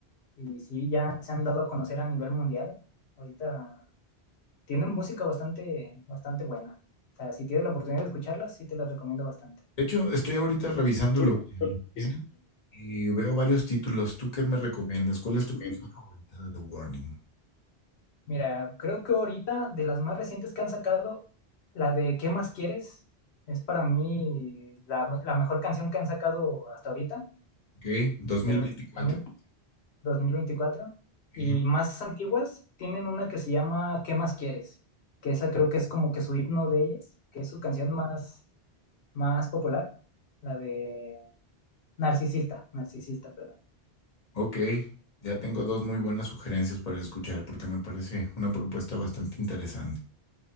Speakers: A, on the left; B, on the left.
A: Y sí, ya se han dado a conocer a nivel mundial. Ahorita tienen música bastante, bastante buena. O sea, si tienes la oportunidad de escucharlas, sí te las recomiendo bastante.
B: De hecho, estoy ahorita revisando
A: Porque
B: lo que, lo que tienen
A: es
B: y veo varios títulos. ¿Tú qué me recomiendas? ¿Cuál es
A: tremendo.
B: tu canción favorita de The Warning?
A: Mira, creo que ahorita de las más recientes que han sacado, la de ¿Qué más quieres? Es para mí la, la mejor canción que han sacado hasta ahorita,
B: Ok, 2024.
A: o también dos mil veinticuatro Y
B: Ujú.
A: más antiguas tienen una que se llama ¿Qué más quieres? Que esa creo que es como que su himno de ellas, que es su canción más, más popular, la de Narcisista, Narcisista, perdón.
B: Ok, ya tengo dos muy buenas sugerencias para escuchar porque me parece una propuesta bastante interesante.